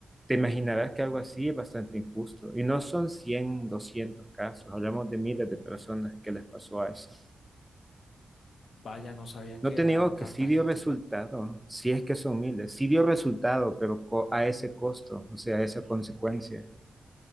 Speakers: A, in the centre; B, on the left (about 75°).
A: te imaginarás que algo así es bastante injusto. Y no son cien 200 casos, hablamos de miles de personas que les pasó a eso.
B: Vaya, no sabía que
A: No te
B: era
A: niego
B: tanta
A: que sí dio
B: gente.
A: resultado, si es que son miles, sí dio resultado, pero co- a ese costo, o sea, a esa consecuencia.